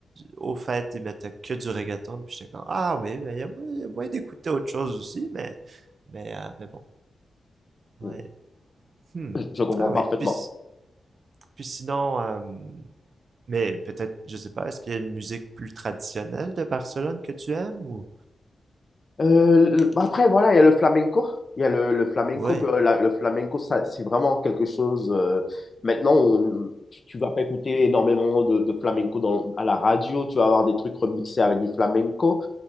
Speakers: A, on the right; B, on the left.
A: au fait, ils mettaient que du reggaeton, puis j'étais comme, ah oui, mais il y a, mo- il y a moyen d'écouter autre chose aussi, mais mais euh, mais bon, ouais.
B: Je
A: Hmm.
B: je comprends
A: Ah
B: parfaitement.
A: oui, puis s- puis sinon, euh, mais peut-être, je sais pas, est-ce qu'il y a une musique plus traditionnelle de Barcelone que tu aimes ou?
B: Euh, le- après, voilà, il y a le flamenco. Il y a le, le flamenco.
A: Ouais.
B: Peu- la- Le flamenco, ça, c'est vraiment quelque chose. euh, maintenant, on- tu tu vas pas écouter énormément de, de flamenco dans, à la radio. Tu vas avoir des trucs remixés avec du flamenco.